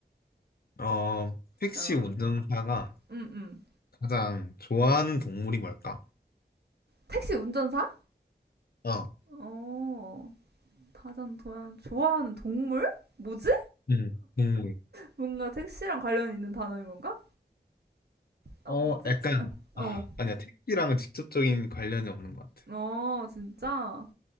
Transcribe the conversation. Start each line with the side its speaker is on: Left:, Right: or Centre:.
Left: 어, 택시
Right: 어,
Left: 운전사가,
Right: 음, 음.
Left: 가장 좋아하는 동물이 뭘까?
Right: 택시 운전사?
Left: 어,
Right: 어, 다전 도연 좋아하는 동물? 뭐지?
Left: 응, 동물.
Right: 뭔가 택시랑 관련 있는 단어인 건가? 아,
Left: 어,
Right: 뭐지?
Left: 약간,
Right: 어,
Left: 아, 아니야, 택시랑은 직접적인 관련이 없는 것 같아.
Right: 어, 진짜.